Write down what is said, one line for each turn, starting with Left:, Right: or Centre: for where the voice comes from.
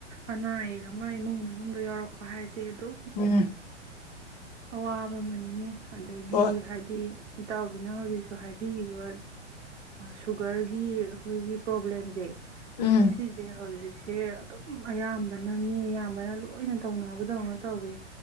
Right: ꯑꯅꯥ ꯑꯌꯦꯛ ꯑꯃ ꯏꯃꯨꯡ ꯃꯅꯨꯡꯗ ꯌꯥꯎꯔꯛꯄ ꯍꯥꯏꯁꯦ ꯀꯗꯣ
Left: ꯎꯝ
Right: ꯑꯋꯥꯕ ꯑꯃꯅꯤꯅꯦ ꯑꯗꯒꯤ
Left: ꯍꯣꯏ
Right: ꯍꯥꯏꯗꯤ ꯏꯇꯥꯎꯕꯤꯅ ꯍꯧꯖꯤꯛꯁꯨ ꯍꯥꯏꯕꯤꯈꯤꯕ ꯁꯨꯒꯔꯒꯤ <unintelligible> ꯄꯣꯕ꯭ꯂꯦꯝꯁꯦ
Left: ꯎꯝ
Right: ꯁꯤꯁꯦ ꯍꯧꯖꯤꯛ ꯁꯦ ꯑꯗꯨꯝ ꯑꯌꯥꯝꯕꯅ ꯃꯤ ꯑꯌꯥꯝꯕꯅ ꯂꯣꯏꯅꯥ ꯇꯧꯅꯕꯗꯧꯅ ꯇꯧꯋꯦ